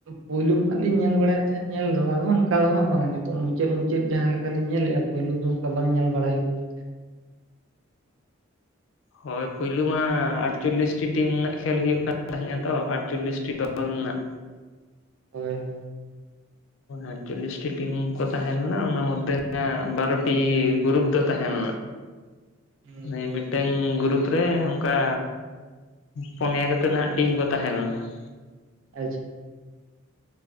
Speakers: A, on the right; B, on the left.
A: ᱯᱳᱭᱞᱩ ᱠᱷᱚᱱᱟᱜ ᱞᱤᱧ ᱧᱮᱞ ᱵᱟᱲᱟᱭᱮᱫ ᱛᱟᱦᱮᱸᱫ ᱧᱮᱞ ᱫᱚ ᱟᱫᱚ ᱚᱱᱠᱟ ᱫᱚ ᱦᱟᱸᱜ ᱵᱟᱝ ᱱᱤᱛᱚᱜ ᱢᱩᱪᱟᱹᱫ ᱢᱩᱪᱟᱹᱫ ᱡᱟᱦᱟᱸ ᱞᱮᱠᱟᱞᱤᱧ ᱧᱮᱞᱮᱫᱼᱟ ᱯᱩᱭᱞᱩ ᱫᱚ ᱚᱱᱠᱟ ᱵᱟᱝ ᱧᱮᱞ ᱵᱟᱲᱟ ᱦᱩᱭᱩᱜ ᱠᱟᱱ ᱛᱟᱦᱮᱸᱫ᱾
B: ᱦᱳᱭ ᱯᱩᱭᱞᱩ ᱢᱟ ᱟᱴᱪᱚᱞᱞᱤᱥᱴᱤ ᱴᱤᱢ ᱨᱮᱱᱟᱜ ᱠᱷᱮᱞ ᱦᱩᱭᱩᱜ ᱠᱟᱱ ᱛᱟᱦᱮᱸᱜ-ᱟ ᱛᱚ ᱟᱴᱪᱚᱞᱞᱤᱥᱴᱤ ᱫᱚᱞ ᱨᱮᱱᱟᱜ᱾
A: ᱦᱳᱭ ᱾
B: ᱟᱴᱪᱚᱞᱞᱤᱥ ᱴᱤ ᱴᱤᱢ ᱠᱚ ᱛᱟᱦᱮᱸ ᱞᱮᱱᱟ ᱚᱱᱟ ᱢᱚᱫᱽᱫᱷᱮ ᱨᱮ ᱦᱟᱸᱜ ᱵᱟᱨᱚᱴᱤ ᱜᱨᱩᱯ ᱫᱚ ᱛᱟᱦᱮᱸ
A: ᱦᱩᱸ
B: ᱞᱮᱱᱟ ᱾ ᱦᱮᱸ ᱢᱤᱫ ᱴᱮᱝ ᱜᱩᱨᱩᱯ ᱨᱮ ᱚᱱᱠᱟ ᱯᱩᱱᱭᱟ ᱠᱟᱛᱮᱫ ᱱᱟᱦᱟᱜ ᱴᱤᱢ ᱠᱚ ᱛᱟᱦᱮᱸ ᱞᱮᱱᱟ ᱾
A: ᱟᱪᱪᱷᱟ ᱾